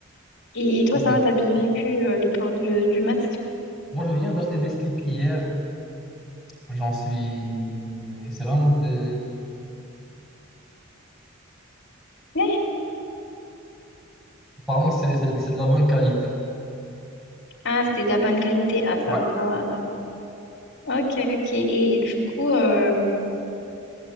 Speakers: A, on the left; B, in the centre.
A: Et, et toi,
B: Ok.
A: ça va, t'as bien vécu euh, le port du, du masque?
B: Moi, je viens d'acheter des slips hier. J'en suis. C'est vraiment des.
A: Ouais.
B: Apparemment, c'est c'est- c'est de la bonne qualité.
A: Ah, c'était de la bonne qualité. Ah, ça
B: Ouais.
A: va, ça va alors. Ok, ok. Et du coup, euh,